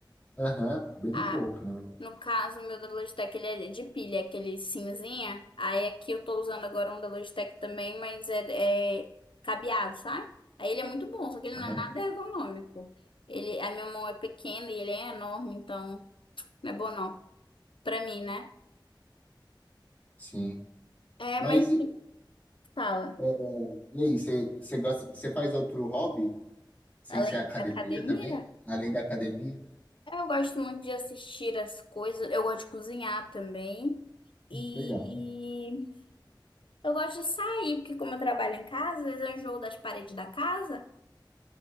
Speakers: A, on the left; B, on the left.
A: Aham, bem
B: Ah,
A: pouco, na verdade.
B: no caso, o meu da Logitech, ele é de pilha, é aquele cinzinha. Aí aqui eu tô usando agora um da Logitech também, mas é, é cabeado, sabe? Aí ele é muito bom, só que ele
A: Aham,
B: não é nada ergonômico. Ele, a minha mão é pequena e ele é enorme, então não é bom não. Pra mim, né?
A: sim.
B: É,
A: Mas
B: mas
A: e,
B: fala,
A: é, e aí, você você gosta, você faz outro hobby sem
B: além
A: ser academia
B: da academia,
A: também? Além da academia?
B: eu gosto muito de assistir as coisas, eu gosto de cozinhar também. E
A: Legal.
B: Eu gosto de sair, porque como eu trabalho em casa, às vezes eu enjoo das paredes da casa.